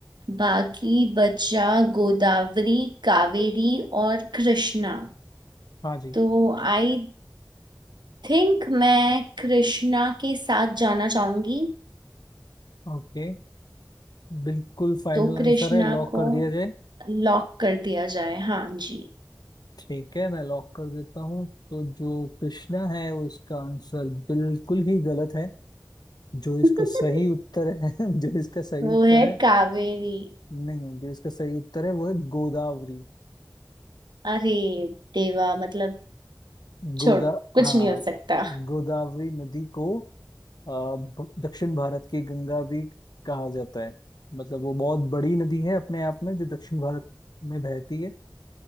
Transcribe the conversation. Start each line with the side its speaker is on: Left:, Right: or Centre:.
Right: बाकी बचा गोदावरी कावेरी और कृष्णा
Left: हाँ जी
Right: तो आई थिंक मैं कृष्णा के साथ जाना चाहूंगी
Left: ओके बिल्कुल फाइनल
Right: तो कृष्णा
Left: आंसर है लॉक
Right: को
Left: कर दिया जाए
Right: लॉक कर दिया जाए हाँ जी
Left: ठीक है मैं लॉक कर देता हूँ तो जो कृष्णा है वो इसका आंसर बिल्कुल ही गलत है जो इसका
Right: <laughs>
Left: सही उत्तर है <laughs> जो इसका सही
Right: वो
Left: उत्तर
Right: है
Left: है
Right: कावेरी
Left: नहीं जो इसका सही उत्तर है वो है गोदावरी
Right: अरे देवा मतलब छोड़
Left: गोदा
Right: कुछ
Left: हाँ
Right: नहीं हो सकता
Left: गोदावरी नदी को अ, भ- दक्षिण भारत की गंगा भी कहा जाता है मतलब वो बहुत बड़ी नदी है अपने आप में जो दक्षिण भारत में बहती है